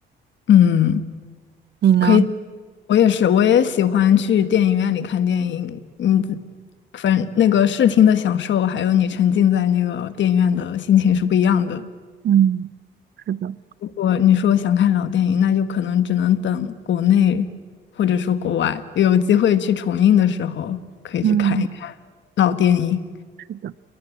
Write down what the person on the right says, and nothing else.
你呢？
嗯，是的，
嗯，
是的。